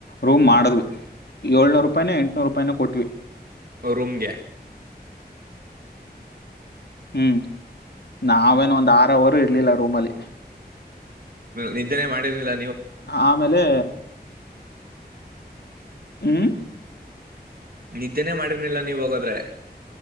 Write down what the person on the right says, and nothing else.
ಹ್ಮ್
ರೂಮ್ಗೆ
ನಿಿದ್ದೆನೆ ಮಾಡಿರಲಿಲ್ಲ
ನಿದ್ದೇನೆೇ ಮಾಡಿರ್ನಿಲ್ಲ ನೀವು ಹೋಗದ್ರೆ. -